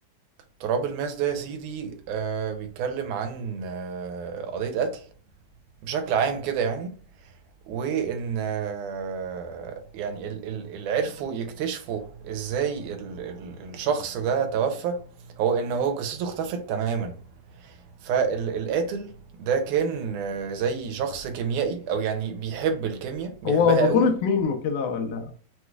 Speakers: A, on the right; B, on the left.
A: تراب الماس ده يا سيدي آه بيتكلم عن آه قضية قتل بشكل عام كده يعني وان آه، يعني ال- ال- اللي عرفوا يكتشفوا ازاي ال- ال- الشخص ده توفى هو ان هو جثته اختفت تماما فالقاتل ده كان آه، زي شخص كيميائي او يعني بيحب الكيمياء بيحبها
B: هو بطوله
A: قوي
B: مين وكده ولا